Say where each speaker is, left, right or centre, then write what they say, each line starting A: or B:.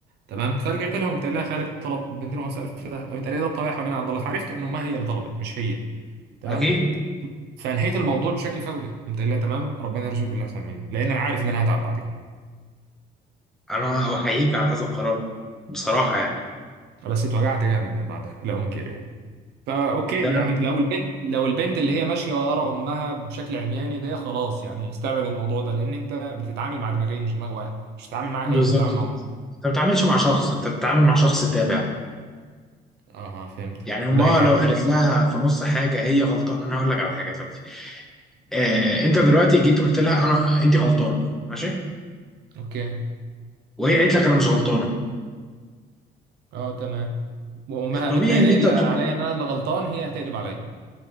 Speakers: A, on the right; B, in the centre.
A: تمام فرجعت لها وقمت قايل لها خالد طلب 250000 ذهب قامت قايله لي ده الطبيعي حوالين عبد الله فعرفت انه ما هي اللي طلبت مش هي تمام
B: اكيد
A: فانهيت الموضوع بشكل فوري قمت قايل لها تمام ربنا يرزقك باللي احسن مني لان انا عارف ان انا هتعب بعد كده
B: انا احييك على هذا القرار بصراحه يعني
A: بس اتوجعت جامد من بعدها لا انكر يعني فا اوكي
B: ده
A: يعني لو البنت لو البنت اللي هي ماشيه ورا امها بشكل عمياني ده خلاص يعني استبعد الموضوع ده لان انت بتتعامل مع دماغين مش دماغ واحد مش بتتعامل معاها
B: بالظبط
A: هي انت بتتعامل مع
B: كده
A: امها
B: انت ما بتتعاملش مع شخص انت بتتعامل مع شخص تابع
A: اه فهمتك
B: يعني هما
A: وده هيتعب
B: لو قالت لها في نص حاجه هي غلطانه انا هقول لك على حاجه دلوقتي آه انت دلوقتي جيت قلت لها انا انت غلطانه ماشي
A: اوكي
B: وهي قالت لك انا مش غلطانه
A: اه تمام وامها
B: الطبيعي
A: قامت قايله
B: ان انت تقول-
A: عليا ان انا اللي غلطان هي هتقلب عليا